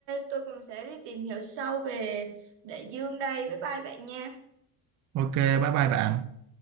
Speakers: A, on the right; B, on the right.
A: tôi cũng sẽ đi tìm hiểu sâu về đại dương đây. Bye bye bạn nha.
B: ok bye bye bạn